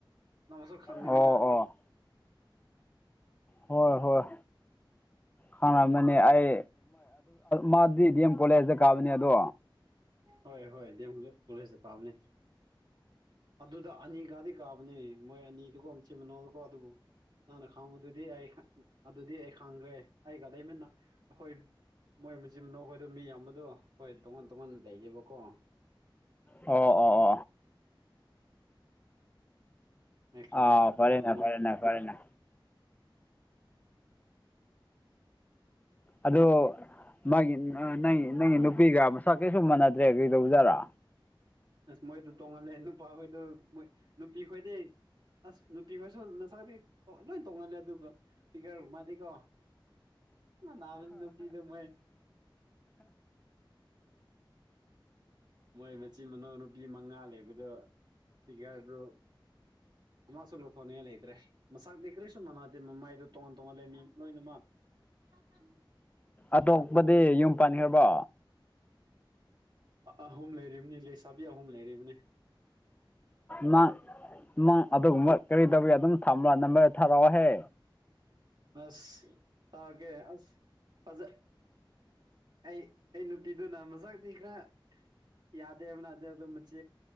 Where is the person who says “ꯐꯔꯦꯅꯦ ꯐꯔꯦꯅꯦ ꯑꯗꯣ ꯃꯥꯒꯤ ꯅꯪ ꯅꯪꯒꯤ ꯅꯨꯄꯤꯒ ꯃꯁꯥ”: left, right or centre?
Left